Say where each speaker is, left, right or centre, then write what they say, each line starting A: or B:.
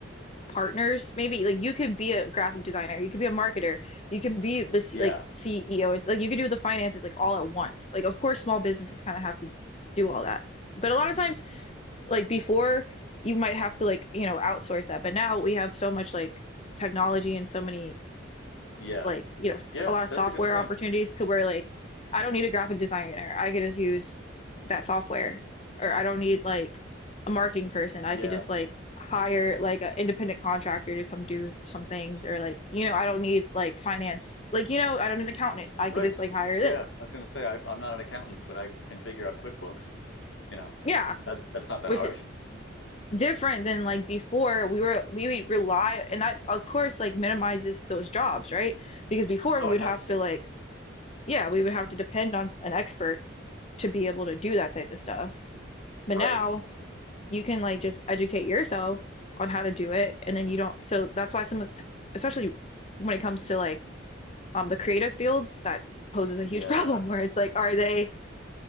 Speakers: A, on the left; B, on the left.
A: partners. Maybe like you could be a graphic designer, you could be a marketer, you could be the C,
B: Yeah,
A: like CEO. It's like you could do the finances like all at once. Like of course small businesses kind of have to do all that. But a lot of times like before you might have to like you know outsource that but now we have so much like technology and so many
B: yeah,
A: like you know s-
B: yeah.
A: a lot of
B: That's
A: software
B: a good point.
A: opportunities to where like I don't need a graphic designer I could just use that software or I don't need like a marketing person
B: Yeah.
A: I could just like hire like an independent contractor to come do some things or like you know I don't need like finance like you know I don't need an accountant I
B: Right.
A: could just like hire
B: Yeah,
A: this
B: I was gonna say I, I'm not an accountant, but I can figure out QuickBooks. You know,
A: yeah
B: that that's not that
A: which
B: hard.
A: is
B: <laughs>
A: different than like before we were we would rely and that of course like minimizes those jobs right because before
B: Oh,
A: we
B: it
A: would
B: has
A: have
B: to.
A: to like yeah we would have to depend on an expert to be able to do that type of stuff but
B: Right.
A: now you can like just educate yourself on how to do it and then you don't so that's why some especially when it comes to like um the creative fields that poses a
B: Yeah.
A: huge <laughs> problem where it's like are they